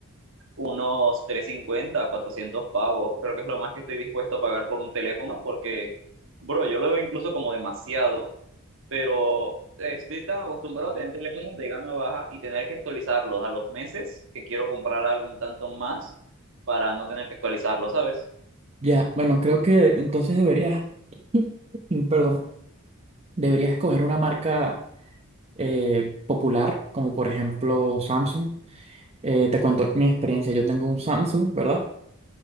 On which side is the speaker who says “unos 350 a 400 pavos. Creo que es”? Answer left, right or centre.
Right